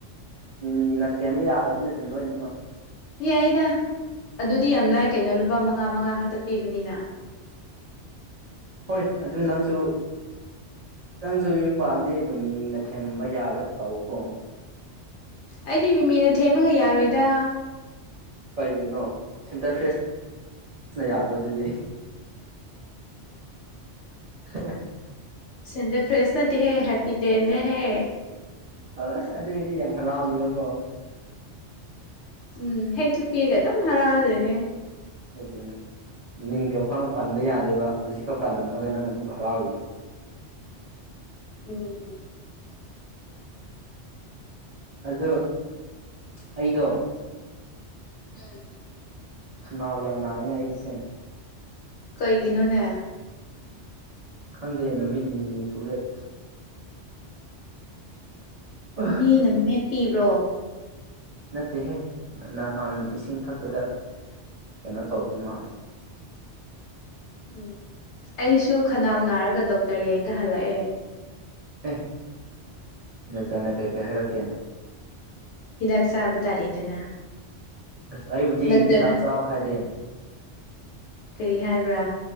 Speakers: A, on the right (about 45°); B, on the left (about 75°).
A: ꯃꯤꯃꯤꯅꯥ ꯊꯦꯝꯕ ꯌꯥꯔꯕꯅꯤ ꯑꯗꯨꯝ ꯂꯣꯏꯅꯃꯛ
B: ꯄꯤ ꯌꯥꯏꯗ ꯑꯗꯨꯗꯤ ꯌꯥꯝ ꯂꯥꯏ ꯀꯩꯅꯣ ꯂꯨꯄꯥ ꯃꯉꯥ ꯃꯉꯥ ꯈꯛꯇ ꯄꯤꯕꯅꯤꯅ
A: ꯍꯣꯏ ꯑꯗꯨ ꯅꯪꯁꯨ ꯅꯪꯁꯨ ꯌꯨꯝꯄꯥꯜꯂꯗꯤ ꯑꯗꯨꯝ ꯃꯤ ꯃꯤꯅ ꯊꯦꯝꯕ ꯌꯥꯕ ꯇꯧ ꯀꯣ
B: ꯑꯩꯗꯤ ꯃꯤꯃꯤꯅ ꯊꯦꯝꯃꯒ ꯌꯥꯔꯣꯏꯗ
A: ꯀꯩꯒꯤꯅꯣ ꯁꯦꯟꯇꯔ ꯐ꯭ꯔꯦꯁꯅ ꯌꯥꯕ꯭ꯔꯥ ꯑꯗꯨꯗꯤ <inaudible>
B: ꯁꯦꯟꯇꯔ ꯐ꯭ꯔꯦꯁ ꯅꯠꯇꯦꯍꯦ ꯍꯦꯄꯤ ꯗꯦꯟꯅꯦꯍꯦ
A: ꯑꯁ ꯑꯗꯨꯑꯣꯏꯗꯤ ꯌꯥꯝ ꯍꯔꯥꯎꯅꯦꯕꯀꯣ
B: ꯎꯝ ꯍꯦꯛꯇ ꯄꯤꯔꯒ ꯑꯗꯨꯝ ꯍꯔꯥꯎꯔꯗꯣꯏꯅꯦ
A: ꯑꯗꯨꯅꯦ ꯃꯤꯡꯒ ꯐꯥꯎ ꯄꯟꯕ ꯌꯥꯗꯦꯕ ꯍꯧꯖꯤꯛꯈꯛ ꯄꯜꯂꯝꯃꯒ ꯅꯪ ꯑꯗꯨꯝ ꯍꯔꯥꯎꯏꯗꯣ
B: ꯎꯝ꯫
A: ꯑꯗꯣ ꯑꯩꯗꯣ
B: ꯎꯝ꯫
A: ꯈꯅꯥꯎ ꯌꯥꯝ ꯅꯥꯏꯅ ꯑꯩꯒꯤꯁꯦ
B: ꯀꯩꯒꯤꯅꯣꯅꯦ
A: ꯈꯪꯗꯦ ꯅꯨꯃꯤꯠ ꯅꯤꯅꯤ ꯁꯨꯔꯦ ꯑꯁ ꯑꯁ
B: ꯃꯤꯅ ꯃꯦꯠꯄꯤꯕ꯭ꯔꯣ꯫
A: ꯅꯠꯇꯦꯍꯦ ꯅꯍꯥꯟ ꯏꯁꯤꯡ ꯊꯛꯄꯗ ꯀꯩꯅꯣ ꯇꯧꯈꯤꯕ ꯃꯥꯜꯂꯦ꯫
B: ꯎꯝ ꯑꯩꯁꯨ ꯈꯅꯥꯎ ꯅꯥꯔꯒ ꯗꯣꯛꯇꯔ ꯌꯦꯡꯒ ꯍꯜꯂꯛꯑꯦ
A: ꯑꯦ ꯗꯣꯛꯇꯔꯅ ꯀꯩ ꯀꯩ ꯍꯥꯏꯔꯛꯀꯦ
B: ꯍꯤꯗꯥꯛ ꯆꯥꯕ ꯇꯥꯔꯦꯗꯅ
A: ꯑꯁ ꯑꯩꯕꯨꯗꯤ
B: ꯗꯥꯛꯇꯔꯗ
A: ꯍꯤꯗꯥꯛ ꯆꯥꯎ ꯍꯥꯏꯗꯦ
B: ꯀꯔꯤ ꯍꯥꯏꯕ꯭ꯔꯥ